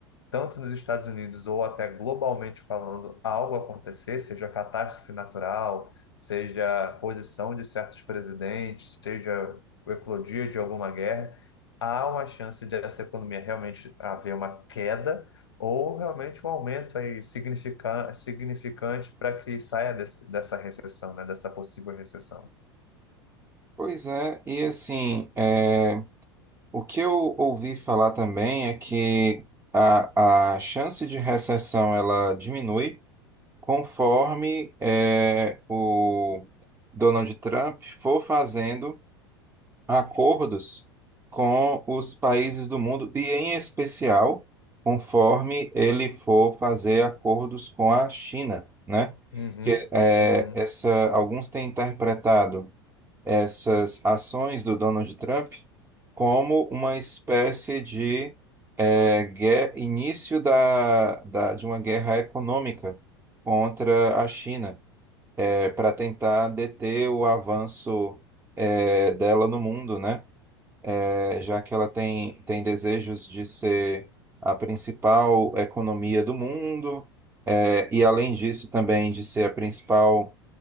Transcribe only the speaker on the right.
Pois é, e assim, é, o que eu ouvi falar também é que a, a chance de recessão ela diminui conforme é, o Donald Trump for fazendo. acordos com os países do mundo, e em especial, conforme ele for fazer acordos com a China, né?
Que, é,
essa, alguns têm interpretado essas ações do Donald Trump como uma espécie de é, guer- início da, da, de uma guerra econômica contra a China, para tentar deter o avanço é, dela no mundo, né? é, já que ela tem, tem desejos de ser a principal economia do mundo, é, e além disso também de ser a principal